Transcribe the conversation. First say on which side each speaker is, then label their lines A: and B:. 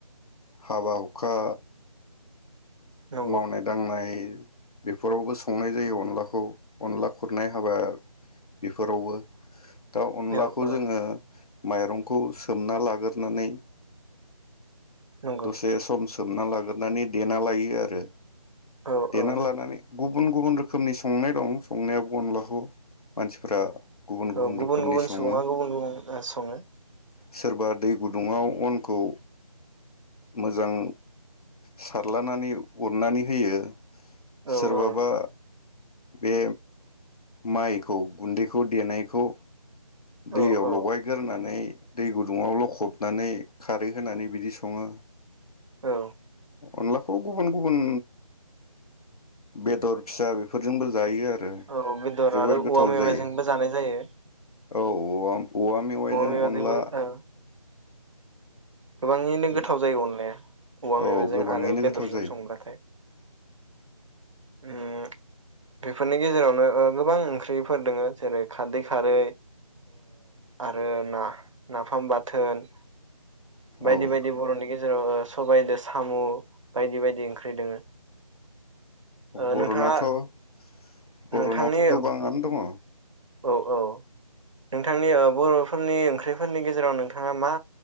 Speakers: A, on the left; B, on the right.
A: हाबा हुखा
B: नंगौ
A: मावनाय दांनाय बेफोरावबो संनाय जायो अनलाखौ अनला खुरनाय हाबा बेफोरावबो दा अनलाखौ
B: औ औ
A: जोङो माइरंखौ सोमना लागोरनानै
B: नंगौ
A: दसे सम सोमना लागोन नानै देना लायो आरो।
B: औ
A: देना
B: औ
A: लानानै गुबुन गुबुन रोखोमनि संनाय दं संनाया अनलाखौ मानसिफ्रा गुबुन
B: औ गुबुन
A: रोखोमनि
B: गुबुन
A: सङो
B: सुबुङा गुबुन गुबुन ओ सङो।
A: सोरबा दै गुदुङाव अनखौ मोजां सारलानानै उननानै होयो।
B: औ
A: सोरबाबा
B: औ
A: बे माइखौ गुन्दैखौ देनायखौ
B: औ
A: दैयाव
B: औ
A: लगायगोरनानै दै गुदुङाव लखबनानै खारै होनानै बिदि सङो
B: औ
A: अनलाखौ गुबुन गुबुन बेदर फिसा बेफोरजोंबो जायो आरो।
B: औ बेदर
A: जोबोर
B: आरो औवा
A: गोथाव
B: मेवाइजोंबो
A: जायो
B: जानाय जायो।
A: औ औव औवा मेवाइजों
B: मेवाइजोंबो
A: अनला
B: ओ गोबाङैनो
A: जोबोर
B: गोथाव जायो अनलाया। औवा
A: औ
B: मेवाइजों
A: गोबाङैनो
B: आरो बेदरजों
A: गोथाव जायो
B: संब्लाथाय। ओम। बेफोरनि गेजेरावनो ओ गोबां ओंख्रिफोर दङो जेरै खारदै खारै आरो ना, नाफाम बाथोन बायदि
A: औ
B: बायदि बर'नि गेजेर जेराव सबायाइदों साम बायदि बायदि ओंख्रि दोङो ओ
A: बर'नावथ'
B: नोंथाङा
A: बर'नावथ'
B: नोंथांनि
A: गोबाङानो दङ।
B: औ औ नोंथांनि बर'फोरनि ओंख्रिफोरनि गेजेराव नोंथाङा मा